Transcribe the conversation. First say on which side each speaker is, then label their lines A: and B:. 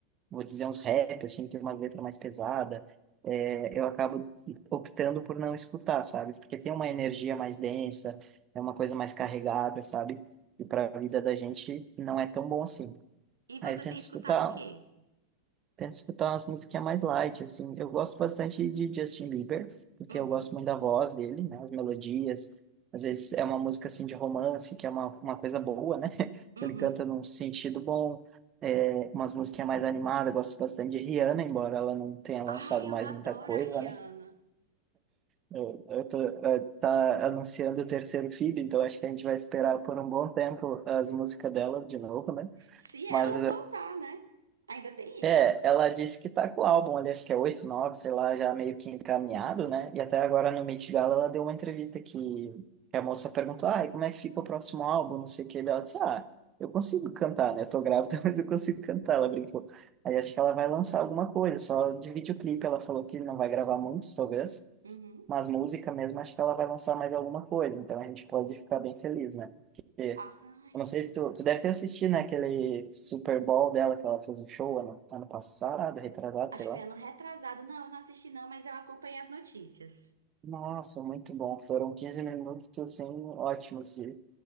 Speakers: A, on the right; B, on the right.
A: Vou dizer uns rap, assim, que tem umas letras mais pesadas. É, eu acabo optando por não escutar, sabe? Porque tem uma energia mais densa, é uma coisa mais carregada, sabe? E para a vida da gente não é tão bom assim.
B: E você
A: Aí eu tento
B: tem escutado
A: escutar
B: o quê?
A: Tento escutar umas musiquinhas mais light, assim. Eu gosto bastante de Justin Bieber, porque
B: Uhum,
A: eu gosto muito da voz dele, né? As melodias. Às vezes é uma música, assim, de romance, que é uma, uma coisa boa, né? <laughs> Que
B: uhum.
A: ele canta num sentido bom. É, umas musiquinhas mais animadas. Eu Gosto bastante de Rihanna, embora ela não tenha lançado
B: Ai,
A: mais
B: eu adoro
A: muita coisa,
B: a Rihanna.
A: né? Eu, eu tô, eh, tá anunciando o terceiro filho, então acho que a gente vai esperar por um bom tempo as músicas dela de novo, né?
B: Se
A: Mas
B: ela voltar, né? Ainda tem
A: É,
B: isso.
A: ela disse que tá com o álbum ali, acho que é 8 9, sei lá, já meio que encaminhado, né? E até agora no Met Gala ela deu uma entrevista que a moça perguntou, ah, e como é que fica o próximo álbum, não sei o que, daí ela disse, ah, eu consigo cantar, né? Eu tô grávida, <laughs> mas eu consigo cantar, ela brincou. Aí acho que ela vai lançar alguma coisa, só de videoclipe ela falou que não vai gravar muitos, talvez,
B: Uhum.
A: mas música mesmo acho que ela vai lançar mais alguma coisa, então a gente pode ficar bem feliz, né? Porque
B: Ai,
A: eu não sei se tu, tu deve ter assistido, né, aquele Super Bowl dela que ela fez o show ano, ano passado, retrasado,
B: acho
A: sei
B: que
A: lá.
B: foi ano retrasado. Não, eu não assisti não, mas eu acompanhei as notícias.
A: Nossa, muito bom. Foram 15 minutos, assim, ótimos de...